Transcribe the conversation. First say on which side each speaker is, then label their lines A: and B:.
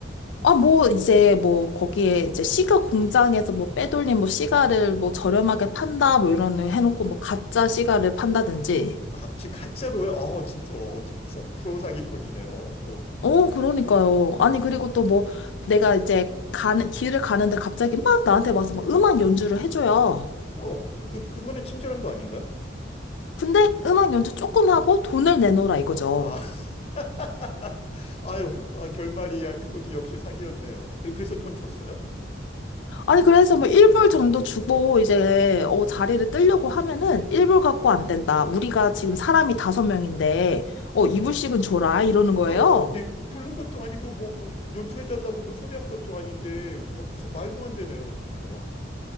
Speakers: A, on the left (about 75°); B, on the left (about 30°).
A: 아, 뭐, 이제, 뭐, 거기에, 이제, 시가 공장에서 뭐, 빼돌린, 뭐, 시가를 뭐, 저렴하게 판다, 뭐, 이런, 거 해놓고, 뭐, 가짜 시가를 판다든지.
B: 아, 지 가짜로요? 어, 진짜, 어, 진짜. 프로 사기꾼이네요. 어.
A: 어, 그러니까요. 아니, 그리고 또 뭐, 내가 이제, 가는, 길을 가는데 갑자기 막 나한테 와서 막 음악 연주를 해줘요.
B: 어, 그, 그거는 친절한 거 아닌가요?
A: 근데 음악 연주 조금 하고 돈을 내놓으라 이거죠.
B: 아, <laughs> 아유, 아, 결말이, 아, 그것도 역시 사기였네요. 그래- 그래서 돈 줬어요?
A: 아니, 그래서 뭐, 1불 정도 주고, 이제, 어, 자리를 뜨려고 하면은, 1불 갖고 안 된다. 우리가 지금 사람이 다섯 명인데, 어, 2불씩은 줘라. 이러는 거예요.
B: 말도 안 돼. 부른 것도 아니고, 뭐, 뭐, 연주해달라고 뭐 초대한 것도 아닌데, 막, 진짜 말도 안 되네요, 진짜. 와.